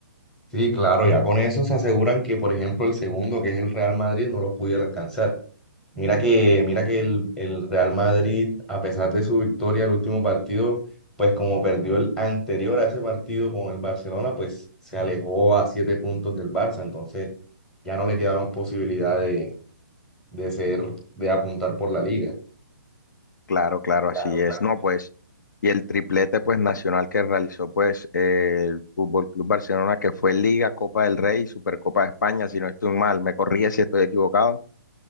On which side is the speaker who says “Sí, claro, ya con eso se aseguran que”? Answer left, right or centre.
Centre